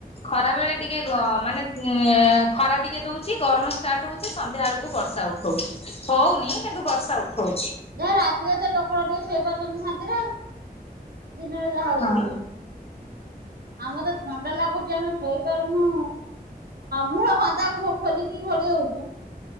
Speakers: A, on the left; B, on the right.
A: ଖରା ବେଳେ ଟିକେ ଗ ମାନେ ଉ ଖରା ଟିକେ ଦଉଛି ଗରମ ଷ୍ଟାର୍ଟ ହଉଛି ସନ୍ଧ୍ୟା ବେଳକୁ ବର୍ଷା ଉଠଉଛି ହଉନି କିନ୍ତୁ ବର୍ଷା ଉଠଉଛି
B: ଯାହା ରାତିରେ ତ ଲୋକମାନେ ଟିକେ ଶୋଇପାରୁଛନ୍ତି ଶାନ୍ତିରେ ଦିନରେ ଯାହା ହଉଛି
A: ହଁ।
B: ହଉ ଆମର ତ ଥଣ୍ଡା ଲାଗୁଛି ଆମେ ଶୋଇପାରୁନୁ ମୂଳ କନ୍ଦା ଖୋଲିକି ଘୋଡି ହଉଛୁ